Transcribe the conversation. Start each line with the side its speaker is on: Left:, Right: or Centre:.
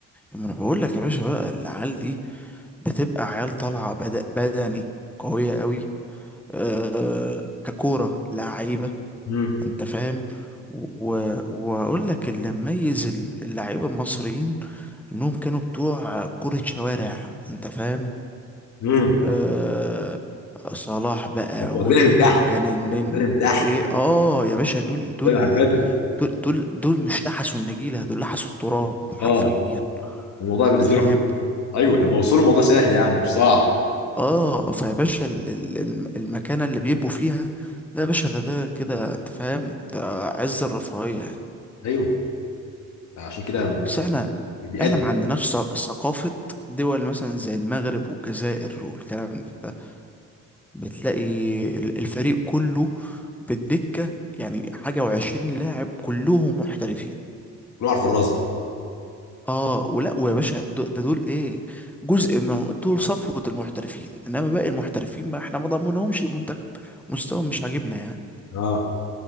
Centre: ما انا بقول لك يا باشا بقى العيال دي بتبقى عيال طالعه بد... بدني قويه قوي أه ككوره لعيبه
Left: امم
Centre: انت فاهم و... و- واقول لك اللي مميز اللعيبه المصريين انهم كانوا بتوع كره شوارع انت فاهم
Left: امم
Centre: آه صلاح بقى
Left: واخدينها
Centre: وال...
Left: من تحت
Centre: وكان النني
Left: واخدينها من تحت
Centre: ايه اه يا باشا دول دول
Left: واخدينها على البدل
Centre: دول دول, دول مش لحسوا النجيلة دول لحسوا التراب حرفيا
Left: اه الموضوع بالنسبه
Centre: انت فاهم
Left: لهم ايوه لما وصلوا الموضوع سهل يعني مش صعب
Centre: اه فيا باشا ال... ال... الم- المكانة اللي بيبقوا فيها لا يا باشا ده ده كده انت فاهم ده عز الرفاهية يعني
Left: ايوه عشان كده
Centre: بس احنا
Left: بيأدي
Centre: احنا ما عندناش ث- ثقافة دول مثلا زي المغرب والجزائر والكلام ده بتلاقي ال- الفريق كله بالدكة يعني حاجة وعشرين لاعب كلهم محترفين
Left: كله على الفرازه
Centre: اه ولا ويا باشا دو- ده دول ايه جزء من دول صفوة المحترفين انما باقي المحترفين بقى احنا ما ضمنهمش المنتخب مستواهم مش عاجبنا يعني
Left: اه